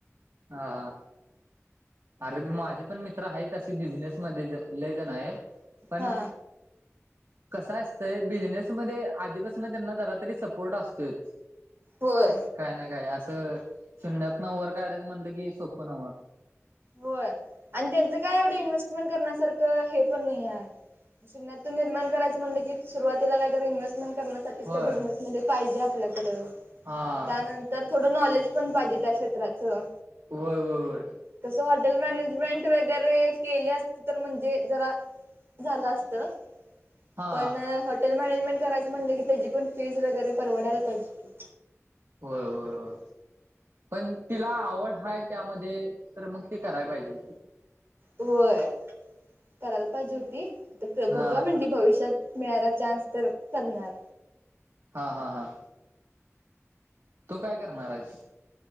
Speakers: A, on the right; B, on the right.
A: हा हा. अरे माझे पण मित्र आहेत तशी, बिझनेसमध्ये पण लईजण आहेत. पण,
B: हा
A: कस असतंय बिझनेसमध्ये आधीपासून त्यांना जरा तरी सपोर्ट असतोय.
B: होय.
A: काय ना काय असं, शून्यातनं वर काढायचं म्हणलं की सोपं नव्ह.
B: होय. आणि त्यांच काय एवढे इन्व्हेस्टमेंट करण्यासारखं हे पण नाही आहे. शून्यात तू निर्माण करायच म्हणलं की, सुरुवातीला काही इनव्हेस्टमेंट करन <unintelligible>
A: होय
B: बिजनेस मध्ये पाहिजे आपल्याकडं
A: हा
B: त्यानतर तर थोडं नॉलेज पण पाहिजे. त्या क्षेत्राचं.
A: होय-होय-होय.
B: तसं हाॅटेल मॅनेजमेंट वेग वगैरे केली असते तर म्हणजे, जरा झाला असतं.
A: हा
B: पण हॉटेल मॅनेजमेंट करायच म्हणलं की, त्याची पण फीज वगैरे परवडायला पाहिजे.
A: होय होय होय! पण तिला आवड हाय त्यामध्ये, तर मग ते कराय पाहिजे.
B: होय करायला पाहिजे होती आता
A: हा
B: बघा म्हणली भविष्यात. मिळाला चान्स तर करणार.
A: हा हा हा! तू काय करणार आहेस?